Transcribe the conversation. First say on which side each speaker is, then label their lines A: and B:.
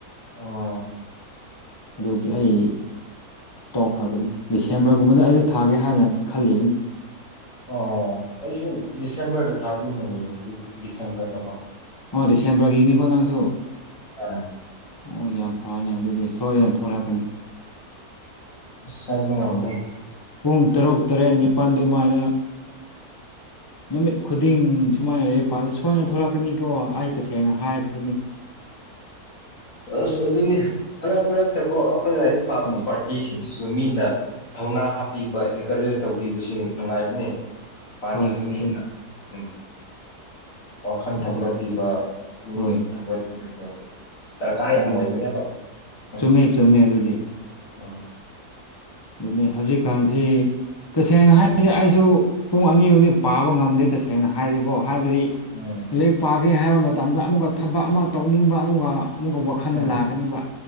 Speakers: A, on the left; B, on the left.
A: ꯑꯣ
B: ꯑꯗꯨꯒꯤ ꯑꯩ ꯇꯣꯛꯈ꯭ꯔꯕꯅꯦ ꯗꯤꯁꯦꯝꯕꯔꯒꯨꯝꯕꯗ ꯑꯩꯗ ꯊꯥꯒꯦ ꯍꯥꯏꯅ ꯈꯜꯂꯤꯕꯅꯤ
A: ꯑꯣ ꯑꯩꯁꯨ ꯗꯤꯁꯦꯝꯕꯔꯗ ꯊꯥꯖꯤꯅꯅꯤ ꯍꯧꯖꯤꯛ ꯗꯤꯁꯦꯝꯕꯔꯗꯀꯣ
B: ꯑꯣ ꯗꯤꯁꯦꯝꯕꯔꯒꯤꯅꯤꯀꯣ ꯅꯪꯁꯨ
A: ꯑꯥ
B: ꯑꯣ ꯌꯥꯝ ꯐꯥꯢꯅꯦ ꯑꯗꯨꯗꯤ ꯁꯣꯏꯗꯅ ꯊꯣꯔꯛꯀꯅꯤ
A: ꯑꯁ ꯍꯥꯏꯕ ꯉꯝꯗꯦ
B: ꯄꯨꯡ ꯇꯔꯨꯛ ꯇꯔꯦꯠ ꯅꯤꯄꯥꯟ ꯗꯨꯃꯥꯏꯅ ꯅꯨꯃꯤꯠ ꯈꯨꯗꯤꯡ ꯁꯨꯃꯥꯏꯅ ꯂꯩꯔꯤꯛ ꯄꯥ ꯁꯣꯏꯅ ꯊꯣꯂꯛꯀꯅꯤꯀꯣ ꯑꯥꯢ ꯇꯁꯦꯡꯅ ꯍꯥꯏꯕꯗꯨꯅꯤ
A: ꯑꯁ ꯑꯗꯨꯅꯤ ꯃꯔꯛ ꯃꯔꯛꯇꯀꯣ ꯑꯩꯈꯣꯏ ꯂꯥꯏꯔꯤꯛ ꯄꯥꯕ
B: ꯍꯣꯏ
A: ꯄꯥꯔꯇꯤꯁꯤ ꯁꯤꯁꯨ ꯃꯤꯅ ꯊꯧꯅꯥ ꯍꯥꯞꯄꯤꯕ ꯑꯦꯟꯀꯔꯦꯖ ꯇꯧꯕꯤꯕꯁꯤ ꯅꯨꯡꯉꯥꯏꯕꯅꯦ ꯄꯥꯅꯤꯡꯕꯅꯦ
B: ꯍꯣꯏ ꯍꯣꯏ ꯑꯗꯨ
A: ꯍꯦꯟꯅ ꯎꯝ ꯋꯥꯈꯟ
B: ꯑꯗꯨ
A: ꯊꯧꯒꯠꯄꯤꯕ ꯄꯨꯛꯅꯤꯡ
B: ꯍꯣꯏ
A: ꯊꯧꯒꯠꯄꯤꯕꯁꯦ ꯗꯔꯀꯥꯔ
B: ꯑꯗꯨꯅꯤ
A: ꯌꯥꯝꯕ ꯑꯣꯏꯕꯅꯦꯕ ꯎꯝ
B: ꯆꯨꯝꯃꯦ ꯆꯨꯝꯃꯦ ꯑꯗꯨꯗꯤ
A: ꯎꯝ
B: ꯑꯗꯨꯅꯤ ꯍꯧꯖꯤꯛꯀꯥꯟꯁꯤ ꯇꯁꯦꯡꯅ ꯍꯥꯏꯕꯁꯤ ꯑꯩꯁꯨ ꯄꯨꯡ ꯑꯅꯤꯕꯨꯗꯤ ꯄꯥꯕ ꯉꯝꯗꯦ ꯇꯁꯦꯡꯅ ꯍꯥꯏꯔꯗꯤꯀꯣ ꯍꯥꯏꯕꯗꯤ
A: ꯎꯝ
B: ꯂꯥꯏꯔꯤꯛ ꯄꯥꯒꯦ ꯍꯥꯏꯕ ꯃꯇꯝꯗ ꯑꯃꯨꯛꯀ ꯊꯕꯛ ꯑꯃ ꯇꯧꯅꯤꯡꯕ ꯑꯃꯨꯛꯀ ꯑꯃꯨꯛꯀ ꯋꯥꯈꯜꯗ
A: ꯎꯝ
B: ꯂꯥꯛꯀꯅꯤꯕ